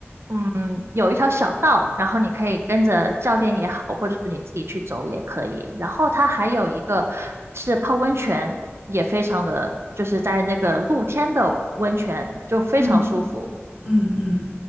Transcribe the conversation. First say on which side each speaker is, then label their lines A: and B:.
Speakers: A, on the right; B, on the right.
A: 嗯，有一条小道，然后你可以跟着教练也好，或者是你自己去走也可以。然后它还有一个是泡温泉，也非常的，就是在那个露天的温泉，就非常舒服。
B: 嗯嗯嗯。